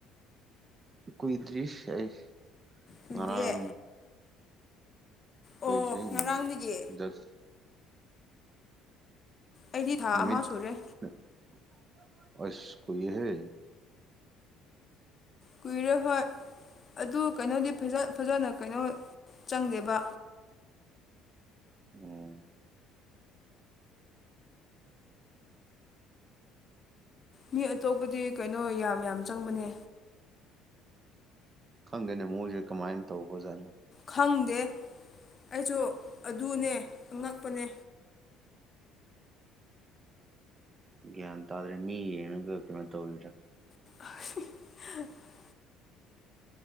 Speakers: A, on the right; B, on the left.
A: ꯀꯨꯏꯗ꯭ꯔꯤꯁ ꯑꯩ
B: ꯀꯨꯏꯗꯤꯌꯦ
A: ꯉꯔꯥꯡ ꯀꯨꯏꯗ꯭ꯔꯤ
B: ꯑꯣ
A: ꯎꯝ
B: ꯉꯔꯥꯡꯗꯒꯤ
A: ꯍꯁ-
B: ꯑꯩꯗꯤ ꯊꯥ
A: ꯅꯨꯃꯤꯠ
B: ꯑꯃ ꯁꯨꯔꯦ
A: <unintelligible> ꯑꯁ ꯀꯨꯏꯍꯦ
B: ꯀꯨꯏꯔꯦ ꯍꯣꯏ ꯑꯗꯨ ꯀꯩꯅꯣꯗꯤ ꯐꯖꯅ ꯀꯩꯅꯣ ꯆꯪꯗꯦꯕ
A: ꯎꯝ
B: ꯃꯤ ꯑꯇꯣꯞꯄꯗꯤ ꯀꯩꯅꯣ ꯌꯥꯝ ꯌꯥꯝ ꯆꯪꯕꯅꯦ
A: ꯈꯪꯗꯦꯅꯦ ꯃꯣꯏꯁꯦ ꯀꯃꯥꯏꯅ ꯇꯧꯕꯖꯥꯠꯅꯣ
B: ꯈꯪꯗꯦ ꯑꯩꯁꯨ ꯑꯗꯨꯅꯦ ꯑꯉꯛꯄꯅꯦ
A: ꯒ꯭ꯌꯥꯟ ꯇꯥꯗ꯭ꯔꯦ ꯃꯤ ꯌꯦꯡꯉꯒ ꯀꯩꯅꯣ ꯇꯧꯔꯤꯔꯥ
B: <inaudible>